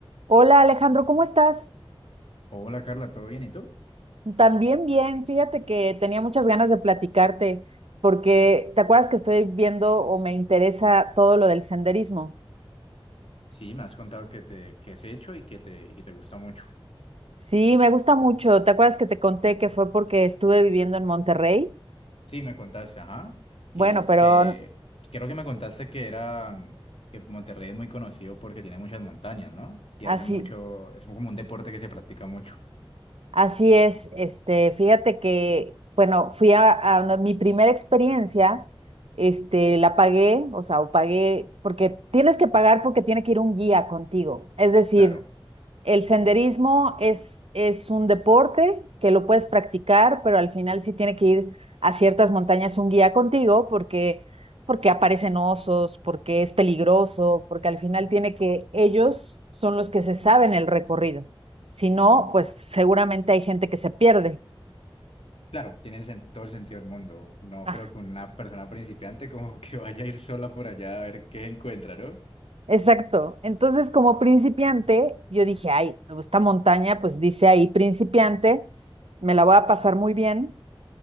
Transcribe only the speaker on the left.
Hola Carla, ¿todo bien? ¿Y tú?
Sí, me has contado que te que has hecho y que te y que te gusta mucho.
Sí, me contaste, ajá.
Que hiciste
que creo que me contaste que eran que Monterrey es muy conocido porque tiene muchas montañas, ¿no? Y
hacen mucho, es como un deporte que se practica mucho.
Claro.
Claro, tiene el sen- todo el sentido del mundo. No
creo que una persona principiante como que vaya a ir sola por allá a ver qué encuentra, ¿no?